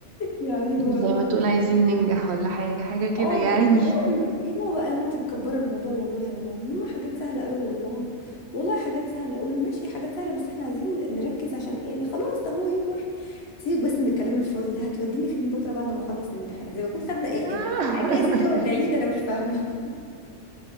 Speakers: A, on the left; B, on the right.
A: يا حبيبي ورانا
B: زي ما تقول
A: أنا-
B: عايزين ننجح ولا حاجة حاجة كده
A: اه
B: يعني
A: قلت له- اقول له ايه ماما بقى يا ماما انت مكبره الموضوع والله يا ماما يا ماما حاجات سهله قوي والله والله حاجات سهله اقول له ماشي حاجات سهله بس احنا عايزين نركز عشان يعني خلاص ده هو يوم واحد سيبك بس من الكلام الفاضي ده هتوديني فين بكره بعد ما اخلص الامتحان زي ما يكون خدنا ايه
B: <laughs>
A: ايه اجازه دي ولا عيد انا مش فاهمه <laughs>